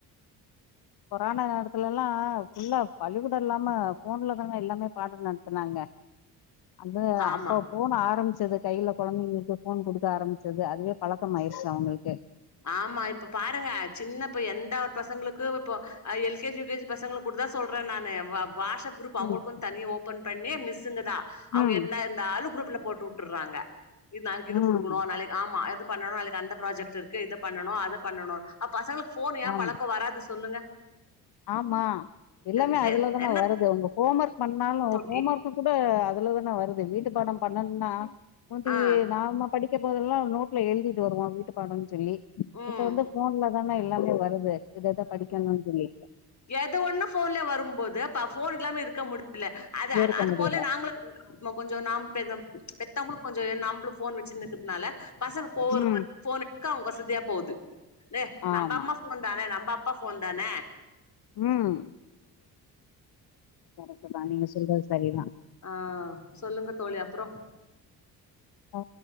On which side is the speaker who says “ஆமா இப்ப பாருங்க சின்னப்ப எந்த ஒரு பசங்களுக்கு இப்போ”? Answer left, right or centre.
Left